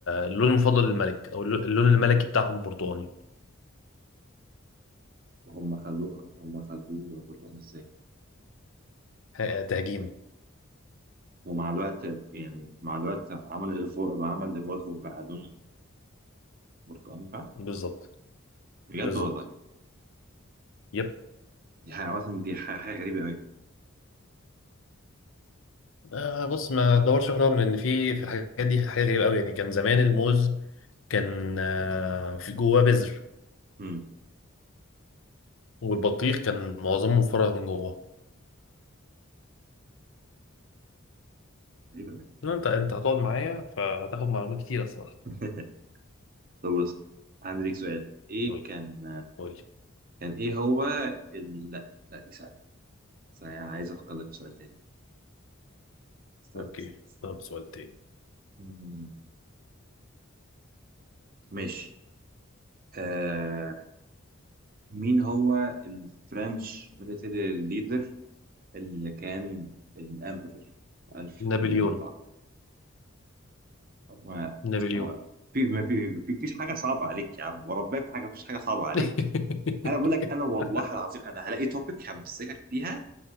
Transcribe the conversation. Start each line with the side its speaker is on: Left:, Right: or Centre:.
Left: اللون المفضل للملك او الل- اللون الملكي بتاعهم برتقاني
Right: هم خلوه هم خلوه برتقاني ازاي
Left: ه- تهجيم
Right: ومع الوقت يعني مع الوقت عمل ايفولف عمل ايفولف وبقى لونه برتقاني فعلا
Left: بالظبط
Right: بجد
Left: بالظبط
Right: والله
Left: يب
Right: دي حاجه مثلا دي حاجه حاجة غريبه قوي
Left: آه بص ما دورش في رغم ان في في الحاجات دي حاجه غريبه قوي يعني كان زمان الموز كان آه في جواه بذر
Right: امم
Left: والبطيخ كان معظمه مفرغ من جواه
Right: غريبه قوي
Left: لا انت انت هتقعد معايا فهتاخد معلومات كتير الصراحه
Right: <laughs> طب بص عندي ليك سؤال ايه
Left: قول
Right: كان
Left: لي قول لي
Right: كان ايه هو ال... لا لا دي سهلة بس انا عايز افكر لك في سؤال تاني استنى
Left: اوكي
Right: استنى استنى.
Left: طب سؤال تاني
Right: مم، ماشي آه... مين هو الفرنش ميليتري ليدر اللي كان الامبرر 1804
Left: نابليون
Right: هو
Left: نابليون
Right: هو في ما في ما في في- فيش حاجة صعبة عليك يا عم وربنا في حاجة مفيش حاجة صعبة عليك
Left: <laughs>
Right: انا بقول لك انا والله العظيم انا هلاقي توبيك همسكك فيها